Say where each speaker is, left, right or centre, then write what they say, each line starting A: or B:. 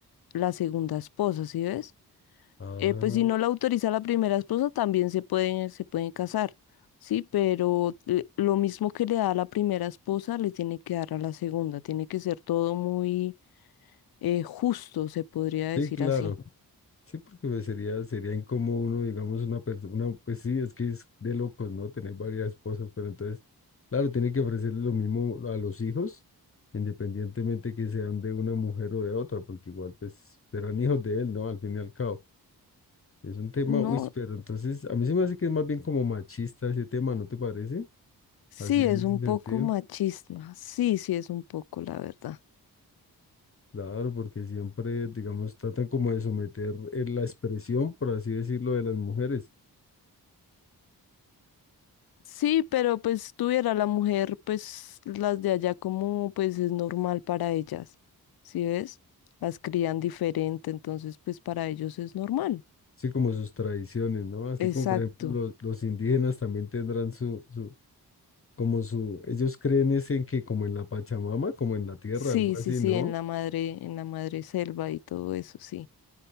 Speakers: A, on the left; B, on the left.
A: la segunda esposa, ¿sí ves?
B: Ah,
A: Eh, pues si no la autoriza la primera esposa, también se pueden, se pueden casar, ¿sí? Pero le- lo mismo que le da a la primera esposa, le tiene que dar a la segunda, tiene que ser todo muy eh, justo, se podría decir
B: sí, claro.
A: así.
B: Sí, porque pues, sería, sería incómodo uno, digamos, una persona, pues sí, es que es de locos, ¿no? Tener varias esposas, pero entonces, claro, tiene que ofrecerle lo mismo a los hijos, independientemente que sean de una mujer o de otra, porque igual, pues, serán <laughs> hijos de él, ¿no? Al fin y al cabo. Es un tema,
A: No,
B: uy, pero entonces, a mí se me hace que es más bien como machista ese tema, ¿no te parece?
A: sí
B: Así en
A: es
B: ese
A: un poco
B: sentido.
A: machista, sí, sí es un poco, la verdad.
B: Claro, porque siempre, digamos, tratan como de someter eh, la expresión, por así decirlo, de las mujeres.
A: Sí, pero pues tuviera la mujer, pues las de allá como pues es normal para ellas, ¿sí ves? Las crían diferente, entonces pues para ellos es normal.
B: Sí, como sus tradiciones, ¿no? Así
A: Exacto.
B: como por ejemplo los, los indígenas también tendrán su, su, como su, ellos creen es en que como en la Pachamama, como en la tierra,
A: Sí,
B: algo
A: sí,
B: así,
A: sí,
B: ¿no?
A: en la madre, en la madre selva y todo eso, sí.